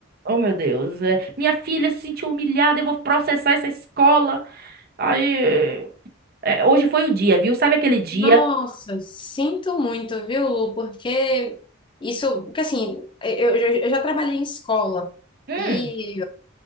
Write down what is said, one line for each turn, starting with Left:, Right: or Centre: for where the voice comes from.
Right: Oh, meu Deus. é, Minha filha se sentiu humilhada, eu vou processar essa escola. Aí, é, hoje foi o dia, viu? Sabe aquele dia?
Left: nossa, sinto muito, viu? Porque isso, porque assim, eu, eu eu já trabalhei em escola
Right: Hum,
Left: e